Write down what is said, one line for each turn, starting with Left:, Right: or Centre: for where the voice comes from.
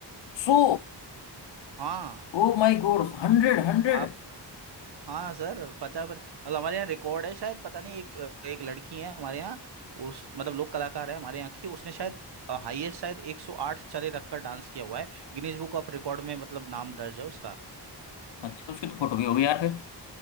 Left: So
Right: हाँ
Left: oh my god hundred
Right: अब
Left: hundred
Right: आप हाँ सर पचास मतलब हमारे यहाँ रिकॉर्ड है शायद पता नहीं एक एक लड़की है हमारे यहाँ उस मतलब लोक कलाकार है हमारे यहाँ की उसने शायद हाईएस्ट शायद 108 चरे रखकर डांस किया हुआ है गिनीज बुक ऑफ रिकॉर्ड में मतलब नाम दर्ज है उसका
Left: अच्छा तो उसकी तो फोटो भी होगी यार फिर